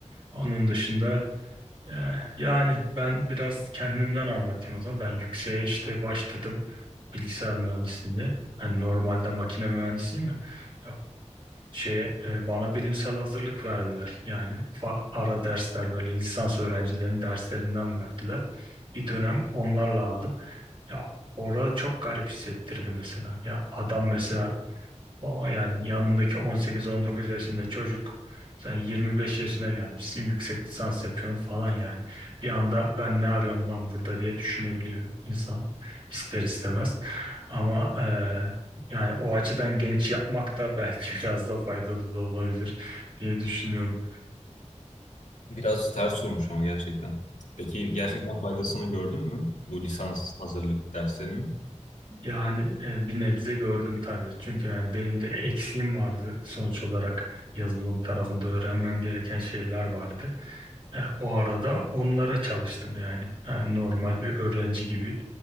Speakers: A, on the right (about 45°); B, on the left (about 80°).
A: Onun dışında Yani, yani ben biraz kendimden anlatayım o zaman. Ben yükseğe işte başladım bilgisayar mühendisliğinde. Hani normalde makine mühendisiyim ya. Ya şeye, e, bana bilimsel hazırlık verdiler. Yani fa- ara dersler böyle lisans öğrencilerinin derslerinden verdiler. Bir dönem onlarla aldım. Ya orada çok garip hissettirdi mesela. Ya adam mesela o yani yanındaki 18-19 yaşında çocuk sen 25 yaşına gelmişsin yüksek lisans yapıyorsun falan yani. Bir anda ben ne arıyorum lan burada diye düşünebiliyor insan ister istemez. Ama eee, yani o açıdan genç yapmak da belki <laughs> biraz da faydalı da olabilir diye düşünüyorum.
B: Biraz ters vurmuş ama gerçekten. Peki gerçekten faydasını gördün mü bu lisans hazırlık derslerinin?
A: Yani e, bir nebze gördüm tabii. Çünkü yani benim de eksiğim vardı sonuç olarak yazılım tarafında öğrenmem gereken şeyler vardı. E, o arada onlara çalıştım yani. E, normal bir öğrenci gibi